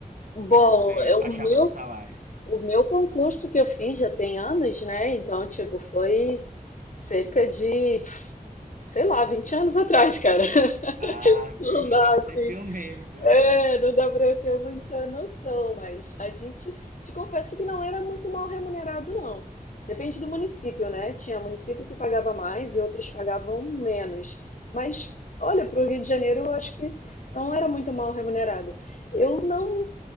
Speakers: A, on the left; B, on the right.
A: Bom,
B: o que você
A: é o
B: achava
A: meu,
B: do salário?
A: o meu concurso que eu fiz já tem anos, né? Então, tipo, foi cerca de, sei lá, 20 anos atrás, cara. <laughs>
B: Ah,
A: Não
B: vixe,
A: dá,
B: faz
A: assim.
B: um tempinho mesmo, viu?
A: É, não dá para eu ter muita noção, mas a gente, te confesso que não era muito mal remunerado, não. Depende do município, né? Tinha município que pagava mais e outros pagavam menos. Mas, olha, para o Rio de Janeiro, eu acho que não era muito mal remunerado. Eu não